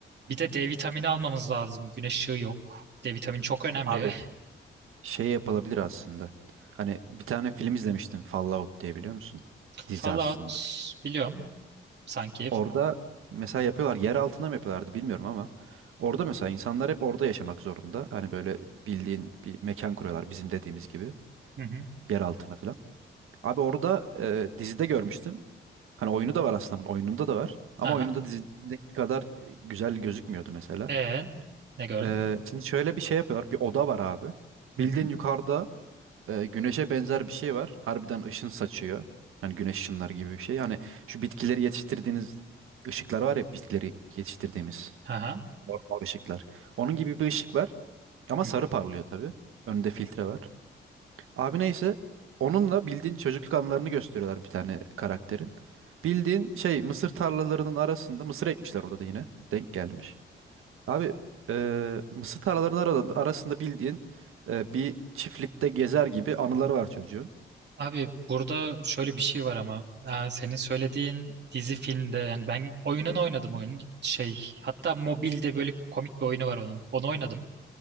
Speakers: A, on the right (about 55°); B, on the right (about 80°).
A: bir de D vitamini almamız lazım güneş ışığı yok D vitamini çok önemli
B: abi şey yapılabilir aslında. Hani bir tane film izlemiştim. Fallout diye biliyor musun?
A: <laughs>
B: Dizi
A: Fallout
B: aslında.
A: biliyorum sanki
B: Orada mesela yapıyorlar yer altına mı yapıyorlardı bilmiyorum ama orada mesela insanlar hep orada yaşamak zorunda. Hani böyle bildiğin bir mekan kuruyorlar bizim dediğimiz gibi
A: hı hı
B: yer altına falan. Abi orada e, dizide görmüştüm. Hani oyunu da var aslında bunun, oyununda da var. Ama
A: aha
B: oyununda dizideki kadar e, güzel gözükmüyordu mesela.
A: e ne gördün
B: E, şimdi şöyle bir şey yapıyorlar. Bir oda var abi. Bildiğin
A: hı hı
B: yukarıda e, güneşe benzer bir şey var. Harbiden ışın saçıyor. Hani güneş ışınları gibi bir şey. Hani şu bitkileri yetiştirdiğiniz ışıklar var ya bitkileri yetiştirdiğimiz
A: aha
B: normal ışıklar. Onun gibi bir ışık var. Ama
A: hı
B: sarı
A: hı.
B: parlıyor tabii. Önünde filtre var. Abi neyse onunla bildiğin çocukluk anılarını gösteriyorlar bir tane karakterin. Bildiğin şey mısır tarlalarının arasında mısır ekmişler orada da yine. Denk gelmiş. Abi e, mısır tarlalarının arasında, arasında bildiğin e, bir çiftlikte gezer gibi anıları var çocuğun.
A: Abi burada şöyle bir şey var ama aa, senin söylediğin dizi filmde yani ben oyunun oynadım oyunun şey hatta mobilde böyle komik bir oyunu var onun onu oynadım.